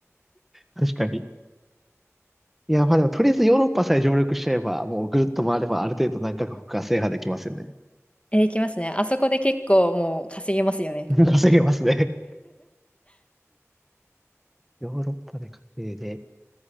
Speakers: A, in the centre; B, on the left (about 25°).
A: 確かに。いや、まあでも、とりあえずヨーロッパさえ上陸しちゃえば、もうぐるっと回れば、ある程度何カ国か制覇できますよね。
B: えいきますね。あそこで結構もう稼げますよね。
A: <laughs> 稼げますね。<laughs> ヨーロッパで稼いで。